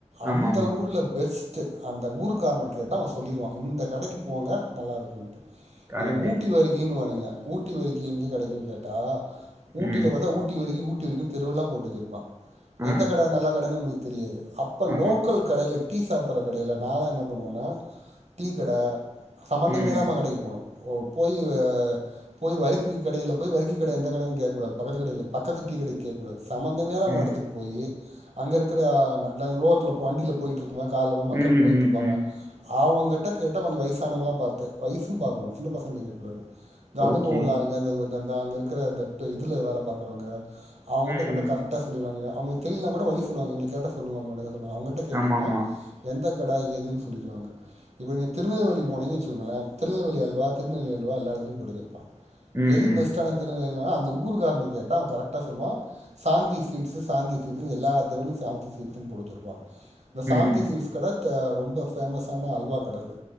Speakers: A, on the right; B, on the right.
A: அந்த
B: ஆமா ஆமா
A: ஊர்ல பெஸ்ட் ட் அந்த ஊருக்காரன கேட்டா அவன் சொல்லிருவான் இந்த கடைக்கு போங்க நல்லா இருக்கும்
B: கரெக்ட்டு
A: இத ஊட்டி வருக்கின்வானுங்க ஊட்டி வரிக்கும் எங்கே கிடைக்கும்னு கேட்டா ஊட்டியில
B: ம்
A: பார்த்தா ஊட்டி வருக்கி ஊட் டில இருக்கும் தெருவெல்லாம் போட்டு வச்சிருப்பான்
B: ஆ
A: எந்த கடை நல்ல கடைன்னு நம்ப தெரியாது அப்ப
B: ஆமா
A: லோக்கல் கடையில டீ சாப்பிடடுற கடையில நான் என்ன பண்ணுவோன்னா டீ கடை சம்பந்தமே
B: ம்
A: இல்லாம
B: ம்
A: கடைக்கு போனும் ஓ போய் ஆ போய் வரிக்கு கடையில போய் வரிக்கி கடை எந்த கடைனு கேக்ககூடாது பக்கத்து கடையில பக்கத்து டீடை கடையில கேக்ககூடாது சம்பந்தமே நம்ம
B: ம்
A: இடத்துக்கு போய் அங்க இருக்கிற நடுரோட்டுல வண்டியில போயிட்டு இருப்பேன் காலயில தான் மக்கள்
B: ம்
A: போயிட்டு
B: ம்
A: இருப்பாங்க
B: ம்
A: அவங்கிட்ட கேட்டா கொஞ்சம் வயசானவங்களல்லா பார்த்து வயசும் பார்க்கணும் சின்ன பசங்கள்ட்ட கேட்கக்கூடாது இந்த அனுபவம்
B: ஓகே
A: உள்ள ஆளுங்க இந் ந்தா அங்க இருக்கிற அந்த இதுல வேலை பார்க்குறவுங்க அவுங்க கிட்ட
B: ம்
A: கேட்டா
B: ம்
A: கரெக்டா சொல்லிடுவாங்க அவுங்க தெரியிலான கூட வழி சொல்லுவாங்க இவுங்கள கேட்டா சொல்லுவாங்க சொல்ல அவுங்கிட்ட கேட்டீங்கன்னா
B: ஆமா ஆமா
A: எந்த கடாய் எதுன்னு சொல்லிடுவாங்க இப்ப நீங்க திருநெல்வேலி போனீங்கனு வச்சுக்கோங்களேன் திருநெல்வேலி அல்வா திருநெல்வேலி அல்வா எல்லா இடத்துளையும் கிடைக்
B: ம்
A: எது
B: ம்
A: பெஸ்டான திருநெல் அந்த ஊர் காரன கேட்டா கரெக்டா சொல்லுவான் சாந்தி ஸ்வீட்ஸ் சாந்தி ஸ்வீட்ஸ்னு எல்லா தெருவுளையும் சாந்தி ஸ்வீட்ஸ்னு போட்டு வச்சு இருப்பான் இந்த சாந்தி
B: ம்
A: ஸ்வீட்ஸ் கடை ரொம்ப ஃபேமஸான அல்வா கட அது